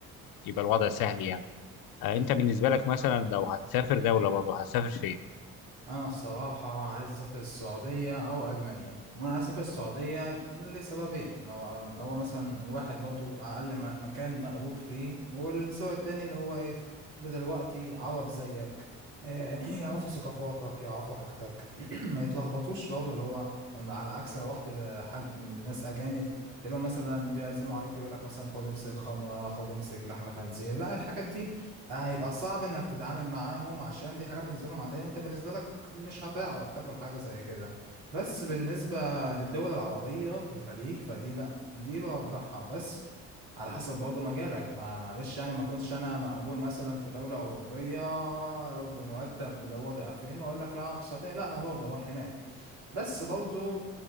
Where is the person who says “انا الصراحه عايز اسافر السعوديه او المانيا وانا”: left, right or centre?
Right